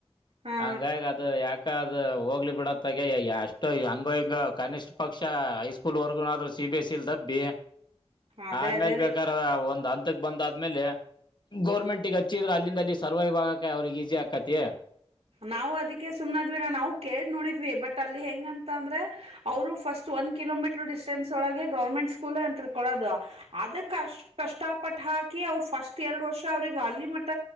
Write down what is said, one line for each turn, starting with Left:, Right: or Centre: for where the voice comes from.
Right: ಹಾ
Left: ಹಂಗಾಗಿ ಅದು ಯಾಕ ಅದು ಹೋಗ್ಲಿ ಬಿಡತ್ತಾಗ ಎಷ್ಟು ಹಂಗ ಹಿಂಗ ಕನಿಷ್ಠ ಪಕ್ಷ ಹೈಸ್ಕೂಲ್ ವರ್ಗೂನಾದ್ರೂ ಸಿ ಬಿ ಎಸ್ ಇಲ್ ದಬ್ಬಿ
Right: ಅದೇ
Left: ಆಮೇಲೆ
Right: ಅದೇ ರೀ
Left: ಬೇಕಾರ ಒಂದ್ ಹಂತಕ್ ಬಂದ ಆದ್ಮೇಲೆ ಗೌರ್ಮೆಂಟ್ಗ ಹಚ್ಚಿದ್ರೆ ಅಲ್ಲಿಂದ ಅಲ್ಲಿ ಸರ್ವೈ್ ಆಗಕ ಅವ್ರಿಗೆ ಈಸಿ ಆಕತಿ
Right: ನಾವು ಅದಕ್ಕೆ ಸುಮ್ನದ್ವಿಿನ ನಾವು ಕೇಳ ನೋಡಿದ್ವಿ ಬಟ್ ಅಲ್ಲಿ ಹೆಂಗಂತ ಅಂದ್ರೆ ಅವ್ರು ಫಸ್ಟ್ ಒನ್ ಕಿಲೋಮೀಟರ್ ಡಿಸ್ಟೆನ್ಸ್ ಒಳಗೆ ಗೌರ್ಮೆಂಟ್ ಸ್ಕೂಲ್ ಅಂತ ಕೊಡದು ಅದ ಕಷ್ಟಪಟ್ಟ ಹಾಕಿ ಹಾಕಿ ಅವ್ ಫಸ್ಟ್ ಎರಡ್ ವರ್ಷ ಅವ್ರಿಗೆ ಅಲ್ಲಿ ಮಟ್ಟ